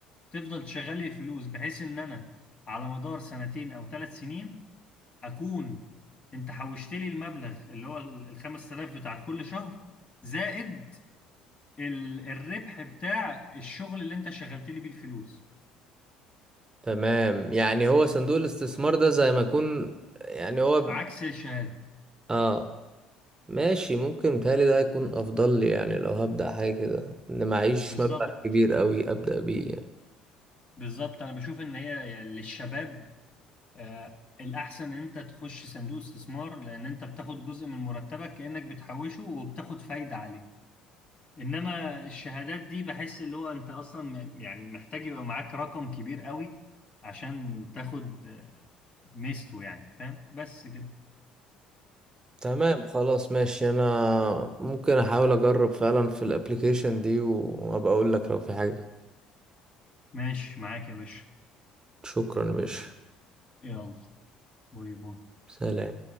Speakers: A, on the left; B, on the right.
A: تفضل تشغل لي الفلوس بحيث ان انا على مدار سنتين او ثلاث سنين اكون انت حوشت لي المبلغ اللي هو ال ال 5000 بتاعت كل شهر زائد ال الربح بتاع الشغل اللي انت شغلت لي بيه الفلوس
B: تمام يعني هو صندوق الاستثمار ده زي ما يكون يعني هو ب-
A: عكس الشهادة
B: اه ماشي ممكن متهيألي ده هيكون أفضل لي يعني لو هبدأ حاجة كده إن معيش
A: بالظبط
B: مبلغ كبير أوي أبدأ بيه يعني.
A: بالظبط انا بشوف ان هي للشباب آه الاحسن ان انت تخش صندوق استثمار لان انت بتاخد جزء من مرتبك كأنك بتحوشه وبتاخد فايدة عليه انما الشهادات دي بحس اللي هو انت اصلا م- يعني محتاج يبقى معاك رقم كبير قوي عشان تاخد آه، ميزته يعني فاهم بس كده
B: تمام خلاص ماشي أنا ممكن أحاول أجرب فعلا في الأبليكيشن دي وأبقى أقول لك لو في حاجة
A: ماشي معاك يا باشا
B: شكرا يا باشا
A: يلا باي باي
B: سلام